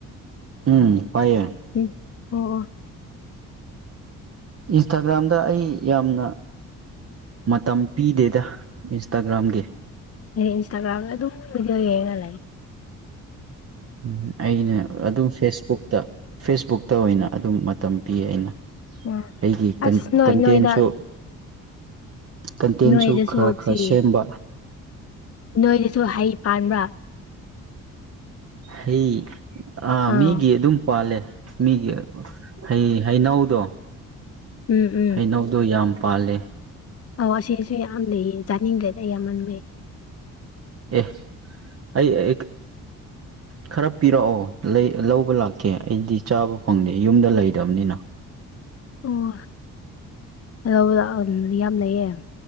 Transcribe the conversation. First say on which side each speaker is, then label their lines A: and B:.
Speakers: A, on the right (about 35°); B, on the left (about 35°).
A: ꯎꯝ ꯄꯥꯏꯌꯦ
B: ꯎꯝ ꯑꯣ ꯑꯣ
A: ꯏꯟꯁꯇꯥꯒ꯭ꯔꯥꯝꯗ ꯑꯩ ꯌꯥꯝꯅ ꯃꯇꯝ ꯄꯤꯗꯦꯗ ꯏꯟꯁꯇꯥꯒ꯭ꯔꯥꯝꯒꯤ
B: ꯑꯩ ꯏꯟꯁꯇꯥꯒ꯭ꯔꯥꯝꯗ ꯑꯗꯨꯝ ꯚꯗꯤꯑꯣ ꯌꯦꯡꯉ ꯂꯩ
A: ꯎꯝ ꯑꯩꯅ ꯑꯗꯨꯝ ꯐꯦꯁꯕꯨꯛꯇ ꯐꯦꯁꯕꯨꯛꯇ ꯑꯣꯏꯅ ꯑꯗꯨꯝ ꯃꯇꯝ ꯄꯤ ꯑꯩꯅ
B: ꯎꯝ ꯑꯣ
A: ꯑꯩꯒꯤ ꯀꯟ
B: ꯑꯁ ꯅꯣꯏ
A: ꯀꯟꯇꯦꯟꯁꯨ
B: ꯅꯣꯏꯗ
A: ꯀꯟꯇꯦꯟꯁꯨ
B: ꯅꯣꯏꯗꯁꯨ
A: ꯈꯔ ꯈꯔ
B: ꯆꯤ
A: ꯁꯦꯝꯕ
B: ꯅꯣꯏꯗꯁꯨ ꯍꯩ ꯄꯥꯟꯕ꯭ꯔꯥ
A: ꯍꯩ ꯑ
B: ꯑꯥ ꯑꯣ
A: ꯃꯤꯒꯤ ꯑꯗꯨꯝ ꯄꯥꯜꯂꯦ ꯃꯤꯒꯤ ꯍꯩ ꯍꯩꯅꯧꯗꯣ
B: ꯎꯝ ꯎꯝ
A: ꯍꯩꯅꯧꯗꯣ ꯌꯥꯝ ꯄꯥꯜꯂꯦ
B: ꯑꯧ ꯑꯁꯤꯁꯨ ꯌꯥꯝ ꯂꯩꯌꯦ ꯆꯥꯅꯤꯡꯗꯔꯦꯗ ꯌꯥꯝꯃꯟꯕꯩ
A: ꯑꯦ ꯑꯩ ꯑꯦꯛ ꯈꯔ ꯄꯤꯔꯛꯑꯣ ꯂꯩ ꯂꯧꯕ ꯂꯥꯛꯀꯦ ꯑꯩꯗꯤ ꯆꯥꯕ ꯐꯪꯗꯦ ꯌꯨꯝꯗ ꯂꯩꯗꯝꯅꯤꯅ
B: ꯑꯣ ꯂꯧꯕ ꯂꯥꯛꯑꯣ ꯌꯥꯝ ꯂꯩꯌꯦ